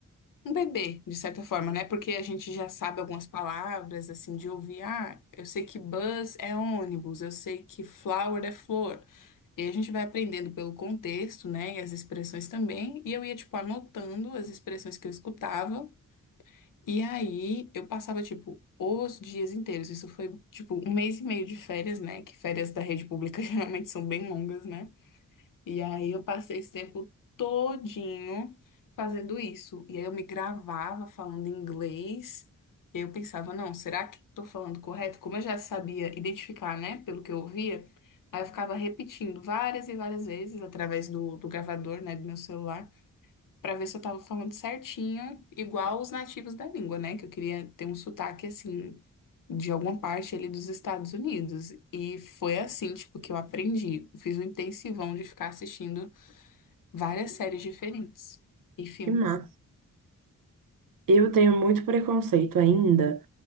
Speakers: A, on the left (about 70°); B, on the right (about 75°).
A: um bebê, de certa forma, né? Porque a gente já sabe algumas palavras, assim, de ouvir. Ah, eu sei que bus é ônibus, eu sei que flower é flor. E aí a gente vai aprendendo pelo contexto, né? E as expressões também. E eu ia, tipo, anotando as expressões que eu escutava. E aí eu passava, tipo, os dias inteiros. Isso foi, tipo, um mês e meio de férias, né? Que férias da rede pública <laughs> geralmente são bem longas, né? E aí eu passei esse tempo todinho fazendo isso. E aí eu me gravava falando inglês. E eu pensava, não, será que tô falando correto? Como eu já sabia identificar, né? Pelo que eu ouvia, aí eu ficava repetindo várias e várias vezes através do, do gravador, né? Do meu celular. Pra ver se eu tava falando certinho, igual os nativos da língua, né? Que eu queria ter um sotaque assim de alguma parte ali dos Estados Unidos. E foi assim, tipo, que eu aprendi. Fiz um intensivão de ficar assistindo várias séries diferentes e filmes.
B: que massa. Eu tenho muito preconceito ainda